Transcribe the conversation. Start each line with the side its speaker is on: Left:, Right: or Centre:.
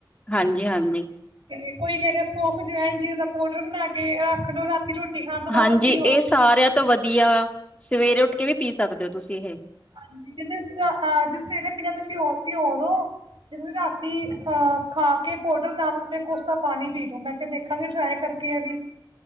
Left: ਹਾਂਜੀ-ਹਾਂਜੀ।
Right: ਤੇ ਕੋਈ ਕਹਿ ਰਿਹਾ ਸੋਫ, ਜਵੈਨ ਜੀਰੇ ਦਾ ਪਾਊਡਰ ਬਣਾ ਕੇ ਰਖ ਲਓ ਰਾਤੀ ਰੋਟੀ ਖਾਣ ਤੋਂ ਬਾਅਦ
Left: ਹਾਂਜੀ
Right: ਉਹ ਪੀਓ
Left: ਇਹ ਸਾਰਿਆਂ ਤੋਂ ਵਧੀਆ ਵਾ। ਸਵੇਰੇ ਉੱਠ ਕੇ ਵੀ ਪੀ ਸਕਦੇ ਹੋ ਤੁਸੀਂ ਇਹ।
Right: ਹਾਂਜੀ ਕਹਿੰਦੇ ਜੇ ਸਵੇਰੇ ਪੀਣਾ ਫੇਰ ਪੀਓ ਪੀਓ ਓਦੋਂ ਜਦੋਂ ਤੁਸੀਂ ਰਾਤੀ ਖਾ ਕੇ ਪੋਡਰ ਨਾਲ ਉਤੋਂ ਕੋਸਾ ਪਾਣੀ ਪੀ ਲੋੋ ਮੈਂ ਕਿਹਾ ਦੇਖਾਂਗੀ ਟ੍ਰਾਈ ਕਰਕੇ ਐ ਵੀ।